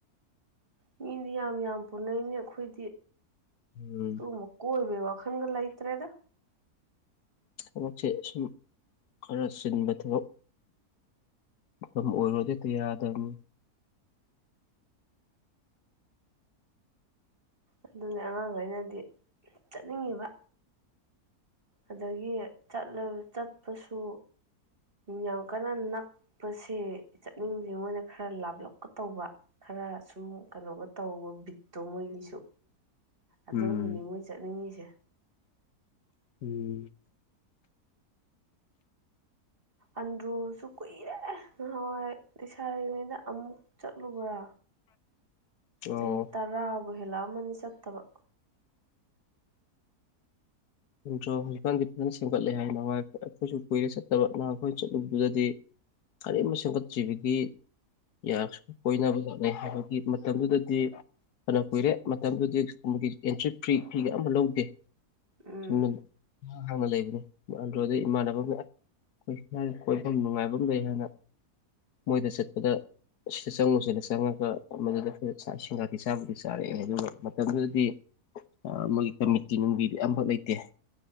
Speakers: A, on the right; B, on the left.
A: ꯃꯤꯗꯤ ꯌꯥꯝ ꯌꯥꯝ ꯄꯨꯅꯩꯅꯦ ꯑꯩꯈꯣꯏ
B: ꯎꯝ
A: ꯇꯨ ꯃ ꯀꯣꯏ ꯑꯣꯏꯕ ꯋꯥ ꯈꯪꯒ ꯂ ꯏꯇꯔꯦꯗ
B: ꯊꯕꯛꯁꯦ ꯑꯁꯨꯝ ꯈꯔ ꯆꯤꯟꯕ ꯊꯕꯛ ꯃꯇꯝ ꯑꯣꯏꯔꯣꯗꯤꯗꯤ ꯌꯥꯗꯕꯅꯤ
A: ꯑꯗꯨꯅꯦ ꯑꯉꯥꯡꯈꯩꯅꯗꯤ ꯆꯠꯅꯤꯡꯉꯤꯕ ꯑꯗꯒꯤ ꯆꯠꯄꯁꯨ ꯌꯥꯝ ꯀꯟꯅ ꯅꯛꯄꯁꯦ ꯆꯠꯅꯤꯡꯕꯗꯤꯦ ꯃꯣꯏꯅ ꯈꯔ ꯂꯥꯞꯂꯞꯀ ꯇꯧꯕ ꯈꯔ ꯁꯨꯝ ꯀꯩꯅꯣꯒ ꯇꯧꯕ ꯕꯤꯠꯇꯣ ꯃꯣꯏꯒꯤꯁꯨ ꯑꯗꯨꯝꯕꯅꯤ
B: ꯎꯝ
A: ꯃꯣꯏ ꯆꯠꯅꯤꯡꯉꯤꯁꯦ
B: ꯎꯝ
A: ꯑꯟꯗ꯭ꯔꯨꯁꯨ ꯀꯨꯏꯔꯦ ꯅꯍꯥꯟꯋꯥꯏ ꯁꯥꯔꯤꯉꯩꯗ ꯑꯃꯨꯛ ꯆꯠꯂꯨꯕ꯭ꯔꯥ
B: ꯑꯣ
A: ꯆꯍꯤ ꯇꯔꯥꯕꯨ ꯍꯦꯜꯂꯛꯑꯝꯃꯅꯤ ꯆꯠꯇꯕ
B: ꯗ꯭ꯔꯣ ꯍꯧꯖꯤꯛꯀꯥꯟꯗꯤ ꯐꯖꯅ ꯁꯦꯝꯒꯠꯂꯦ ꯍꯥꯏꯅꯅꯨꯡꯉꯥꯏ ꯑꯩꯈꯣꯏꯁꯨ ꯀꯨꯏꯔ ꯆꯠꯇꯕ ꯑꯩꯈꯣꯏꯅ ꯆꯠꯂꯨꯕꯗꯨꯗꯗꯤ ꯀꯔꯤꯕ ꯁꯦꯝꯒꯠꯇ꯭ꯔꯤꯕꯒꯤ ꯌꯥꯁꯨ ꯀꯣꯏꯅꯕ ꯂꯥꯛꯅꯩ ꯍꯥꯏꯕꯒꯤ ꯃꯇꯝꯗꯨꯗꯗꯤ ꯐꯅ ꯀꯨꯏꯔꯦ ꯃꯇꯝꯗꯨꯗꯤ ꯁꯀꯨꯝꯒꯤ ꯑꯦꯟꯇ꯭ꯔꯤ ꯐꯤ ꯐꯤꯒ ꯑꯃ ꯂꯧꯗꯦ
A: ꯎꯝ
B: ꯁꯨꯝꯅ ꯍꯥꯡꯅ ꯂꯩꯕꯅꯦ ꯑꯗꯣꯗ ꯏꯃꯥꯟꯅꯕ ꯑꯃꯅ ꯑꯩꯈꯣꯏ ꯏꯁꯥꯒꯤ ꯀꯣꯏꯐꯝ ꯅꯨꯡꯉꯥꯏꯐꯝ ꯂꯩ ꯍꯥꯏꯅ ꯃꯣꯏꯗ ꯆꯠꯄꯗ ꯁꯤꯗ ꯆꯪꯉꯨꯁꯤꯅ ꯆꯪꯉꯒ ꯃꯗꯨꯗ ꯐ ꯁꯤꯡꯒꯥꯇꯤ ꯆꯥꯕꯨꯗꯤ ꯆꯥꯔꯦ ꯑꯗꯨ ꯃꯇꯝꯗꯨꯗꯗꯤ ꯃꯣꯏꯒꯤ ꯀꯃꯤꯇꯤ ꯅꯨꯡꯒꯤꯗꯤ ꯑꯃꯈꯛ ꯂꯩꯇꯦ ꯑꯣꯀꯦ